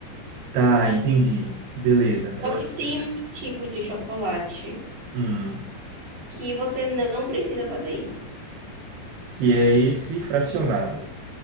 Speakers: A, on the right (about 75°); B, on the right (about 45°).
A: Tá, entendi. Beleza.
B: Só
A: Eu
B: que
A: acho
B: tem
A: que é certo.
B: um tipo de chocolate
A: Hum,
B: que você não precisa fazer isso.
A: que é esse fracionado.